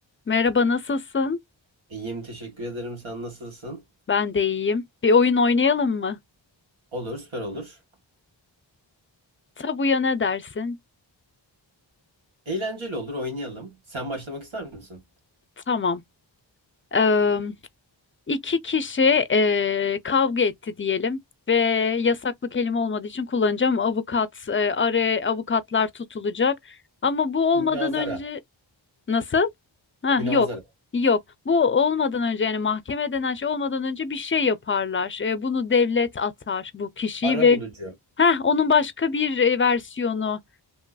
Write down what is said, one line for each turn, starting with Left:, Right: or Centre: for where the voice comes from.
Left: Merhaba, nasılsın?
Right: İyiyim, teşekkür ederim. Sen nasılsın?
Left: Ben de iyiyim. Bir oyun oynayalım mı?
Right: Olur, süper olur.
Left: Tabuya ne dersin?
Right: Eğlenceli olur, oynayalım. Sen başlamak ister misin?
Left: Tamam. Eee iki kişi eee, kavga etti diyelim ve yasaklı kelime olmadığı için kullanacağım. Avukat, eee, araya avukatlar tutulacak. Ama bu olmadan
Right: Münazara,
Left: önce nasıl? Ha,
Right: münazara.
Left: yok. Yok. Bu olmadan önce yani mahkeme denen şey olmadan önce bir şey yaparlar. Eee, bunu devlet atar bu kişiyi
Right: Arabulucu.
Left: ve Heh, onun başka bir e, versiyonu.